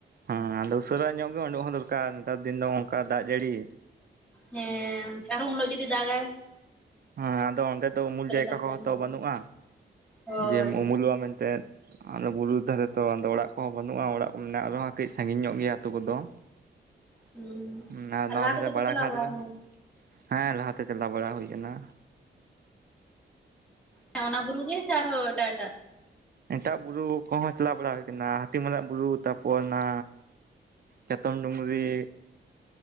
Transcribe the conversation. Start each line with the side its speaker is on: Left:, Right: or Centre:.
Right: ᱦᱮᱸ ᱟᱫᱚ ᱩᱥᱟᱹᱨᱟ ᱧᱚᱜ ᱜᱮ ᱳᱸᱰᱳᱜ ᱦᱚᱸ ᱫᱚᱨᱠᱟᱨ ᱱᱮᱛᱟᱨ ᱫᱤᱱ ᱫᱚ ᱚᱝᱠᱟ ᱫᱟᱜ ᱡᱟᱹᱲᱤᱼᱼ
Centre: ᱦᱮᱸ ᱟᱨᱦᱚᱸ ᱩᱱ ᱦᱤᱞᱚᱜ ᱡᱩᱫᱤ ᱫᱟᱜᱟᱭᱼᱼ
Right: ᱦᱮᱸ ᱟᱫᱚ ᱚᱸᱰᱮ ᱫᱚ ᱩᱢᱩᱞ ᱡᱟᱭᱜᱟ
Centre: ᱞᱮᱠᱟᱛᱮᱢ
Right: ᱠᱚ
Centre: ᱪᱟᱞᱟᱜᱼᱟ?
Right: ᱛᱚ ᱵᱟᱹᱱᱩᱜᱼᱟ
Centre: ᱦᱳᱭ
Right: ᱡᱮᱢ ᱩᱢᱩᱞᱚᱜᱼᱟ ᱢᱮᱱ ᱛᱮᱫᱼᱼ ᱟᱫᱚ ᱵᱩᱨᱩ ᱫᱷᱟᱨᱮ ᱛᱚ ᱟᱫᱚ ᱚᱲᱟᱜ ᱠᱚ ᱦᱚᱸ ᱵᱟᱹᱱᱩᱜᱼᱟ ᱚᱲᱟᱜ ᱠᱚ ᱢᱮᱱᱟᱜ ᱨᱮᱦᱚᱸ ᱠᱟᱹᱡ ᱥᱟᱺᱜᱤᱧ ᱧᱚᱜ ᱜᱮᱭᱟ ᱟᱹᱛᱩ ᱠᱚᱫᱚ ᱾
Centre: ᱦᱩᱸ
Right: ᱦᱩᱸ ᱱᱚᱣᱟ
Centre: ᱟᱨ
Right: ᱱᱚᱣᱟ
Centre: ᱞᱟᱦᱟ
Right: ᱫᱷᱟᱨᱮ
Centre: ᱠᱚᱫᱚ ᱯᱮ
Right: ᱵᱟᱲᱟ
Centre: ᱪᱟᱞᱟᱣ
Right: ᱠᱷᱟᱛ
Centre: ᱵᱟᱲᱟᱣ
Right: ᱫᱚ
Centre: ᱠᱟᱱᱟ?
Right: ᱦᱮᱸ ᱞᱟᱦᱟ ᱛᱮ ᱪᱟᱞᱟᱣ ᱵᱟᱲᱟ ᱦᱩᱭ ᱠᱟᱱᱟ ᱾
Centre: ᱦᱮᱸ ᱚᱱᱟ ᱵᱩᱨᱩ ᱜᱮ ᱥᱮ ᱟᱨ ᱦᱚᱸ ᱮᱴᱟᱜ ᱮᱴᱟᱜ?
Right: ᱮᱴᱟᱜ ᱵᱩᱨᱩ ᱠᱚ ᱦᱚᱸ ᱪᱟᱞᱟᱣ ᱵᱟᱲᱟ ᱦᱩᱭ ᱟᱠᱟᱱᱟ ᱦᱟᱹᱛᱤᱢᱟᱨᱟᱜ ᱵᱩᱨᱩ ᱛᱟᱨᱯᱚᱨ ᱚᱱᱟᱼᱼ ᱪᱮᱛᱚᱱ ᱰᱩᱝᱨᱤᱼᱼ